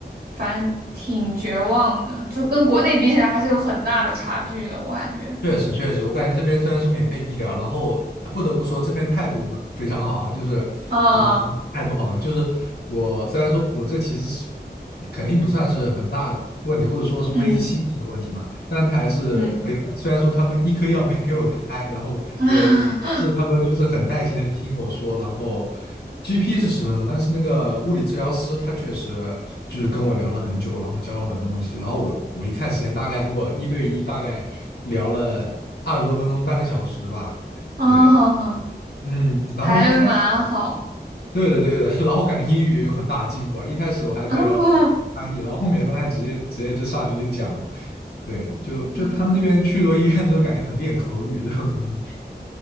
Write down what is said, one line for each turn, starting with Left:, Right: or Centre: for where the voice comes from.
Right: 反正挺绝望的，就跟国内比起来还是有很大的差距的，我感觉。
Left: 确实确实，我感觉这边虽然是免费医疗，然后啊不得不说这边态度蛮非常好啊，就是
Right: 啊，
Left: 态度好了，就是我虽然说我这其实是肯定不算是很大的问题，或者说是危及性命的问题嘛，
Right: 嗯
Left: 但是他还是很有。
Right: 嗯
Left: 虽然说他们一颗药没给我开，然后给我，
Right: <laughs>
Left: 是他们就是很耐心的听我说，然后 GP 是十分钟，但是那个物理治疗师他确实就是跟我聊了很久，然后教了很多东西，然后我我一看时间，大概跟我一对一大概聊了二十多分钟，半个小时吧，
Right: 啊，
Left: 对。嗯，然后一开始
Right: 还蛮好，
Left: 对的，对的。<laughs> 然后感觉英语也有很大的进步啊，一开始我还得要翻译，
Right: <laughs> 啊，
Left: 然后后面发现直接直接就上去就讲了。对，就就他们这边去多医院之后，
Right: 嗯
Left: 感觉很练口语这种东西。